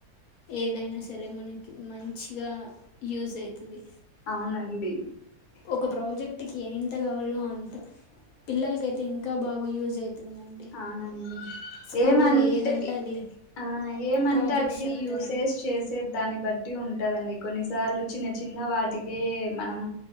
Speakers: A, on the left; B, on the left.
A: ఏదైనా సరే మనకి మంచిగా యూసైత్ టది
B: అవునండి
A: ఒక ప్రాజెక్ట్ కి త కావాలో అంత పిల్లలకైతే ఇంకా బాగా యూజ్ అవుతుందండి
B: అవునండి
A: స్కూల్లో
B: ఏమంటే
A: ఏదంటే అది
B: ఆ ఏమంటే
A: ప్రాజెక్ట్స్
B: అది
A: అంటే
B: యూసేజ్
A: చెప్తారు అది
B: చేసే దాన్ని బట్టి ఉంటదండి కొన్నిసార్లు చిన్న చిన్న వాటికే మనం